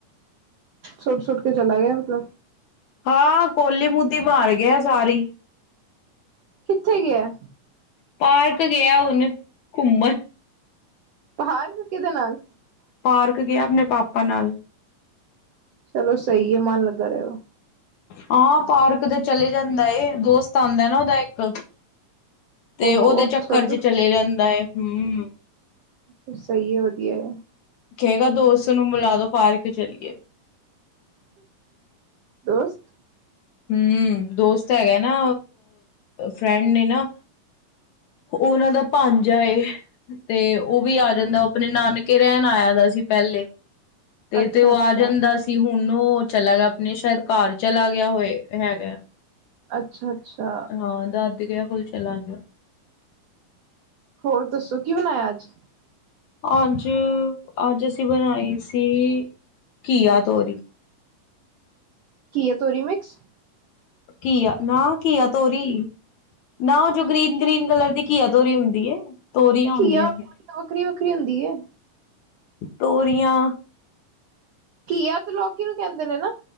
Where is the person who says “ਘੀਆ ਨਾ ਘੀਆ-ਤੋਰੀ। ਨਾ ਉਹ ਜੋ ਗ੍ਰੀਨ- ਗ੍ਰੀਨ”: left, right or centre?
Left